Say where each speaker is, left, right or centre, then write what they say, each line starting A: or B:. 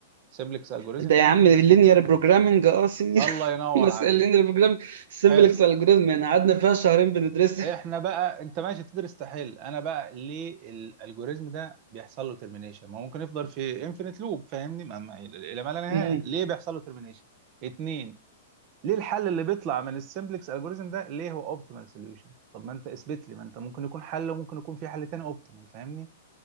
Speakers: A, on the right; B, on the right.
A: السمبلكس الجوريزم
B: ده يا
A: ده
B: عم اللينير بروجرامنج اه سينيور
A: الله ينور
B: <laughs> مسألة
A: عليك
B: اللينير بروجرامنج سمبلكس
A: حلو
B: الجوريزم يعني قعدنا فيها شهرين بندرسها
A: احنا بقى انت ماشي بتدرس تحل انا بقى ليه الالجوريزم ده بيحصل له ترمينيشن ما هو ممكن يفضل في انفينيت لوب فاهمني ما ما الى ما لا نهايه
B: مم.
A: ليه بيحصل له ترمينيشن اتنين ليه الحل اللي بيطلع من السمبلكس الجوريزم ده ليه هو اوبتيمال سوليوشن طب ما انت اثبت لي ما انت ممكن يكون حل وممكن يكون في حل تاني اوبتيمال فاهمني